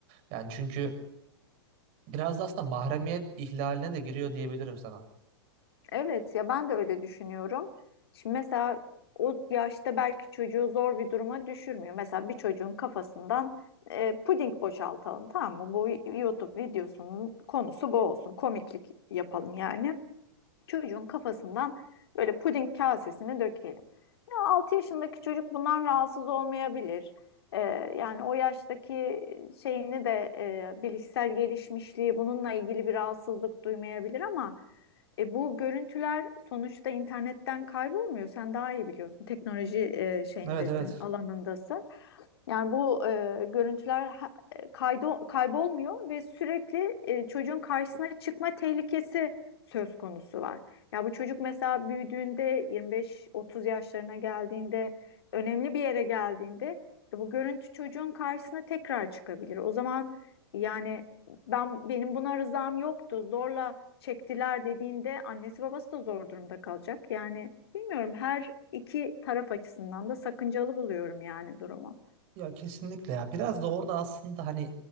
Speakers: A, on the right; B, on the left.
A: Yani çünkü biraz da aslında mahremiyet ihlaline de giriyor diyebilirim sana.
B: Evet ya ben de öyle düşünüyorum. Şimdi mesela o yaşta belki çocuğu zor bir duruma düşürmüyor. Mesela bir çocuğun kafasından e, puding boşaltalım tamam mı? Bu YouTube videosunun konusu bu olsun. Komiklik yapalım yani. Çocuğun kafasından böyle puding kasesini dökelim. Ya 6 yaşındaki çocuk bundan rahatsız olmayabilir. Ee, yani o yaştaki şeyini de e, bilişsel gelişmişliği bununla ilgili bir rahatsızlık duymayabilir ama e, bu görüntüler sonuçta internetten kaybolmuyor. Sen daha iyi biliyorsun. Teknoloji e, şeyindesin,
A: Evet evet.
B: alanındasın. Yani bu e, görüntüler ha- e, kaydo, kaybolmuyor ve sürekli e, çocuğun karşısına çıkma tehlikesi söz konusu var. Ya bu çocuk mesela büyüdüğünde 25-30 yaşlarına geldiğinde önemli bir yere geldiğinde e, bu görüntü çocuğun karşısına tekrar çıkabilir. O zaman yani ben benim buna rızam yoktu zorla çektiler dediğinde annesi babası da zor durumda kalacak. Yani bilmiyorum her iki taraf açısından da sakıncalı buluyorum yani durumu.
A: Ya kesinlikle ya. Biraz da orada aslında hani